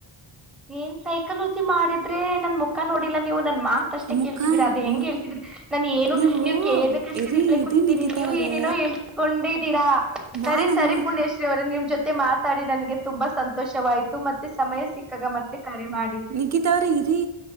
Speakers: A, in the centre; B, on the right.
A: ಏನ್ ಸೈಕಲಜಿ ಮಾಡಿದ್ರೆ ನನ್ ಮುಖ ನೋಡಿಲ್ಲ ನೀವು ನನ್ ಮಾ ಅಷ್ಟೇ
B: ಮುಖ
A: ಕೇಳ್ತಿದೀರಿ ಅದ ಹೆಂಗೆ
B: ಮು
A: ಹೇಳ್ತೀದೀರ ನಾನ್ ಏನು
B: ನೀವು
A: ನೀವ್ ಕೇಳದಕ್ಷ್ಟೇ
B: ಇರಿ
A: ರಿಪ್ಲೈ
B: ಇರಿ
A: ಕೊಡ್ತಿದೀನಿ
B: ನಿಖಿತಾ
A: ನೀವು
B: ಅವರೇ
A: ಏನೇನೋ ಹೇ ಕೊಂಡಿದ್ದೀರಾ
B: ನಾನು
A: ಸರಿ
B: ಅಂದೆ
A: ಸರಿ ಪುಣ್ಯಶ್ <unintelligible> ರೇ ನಿಮ್ ಜೊತೆ ಮಾತಾಡಿ ನನ್ಗೆ ತುಂಬಾ ಸಂತೋಷವಾಯ್ತು ಮತ್ತೆ ಸಮಯ ಸಿಕ್ಕಾಗ ಮತ್ತೆ ಕರೆ ಮಾಡಿ.
B: ನಿಖಿತವ್ರೆ ಇರಿ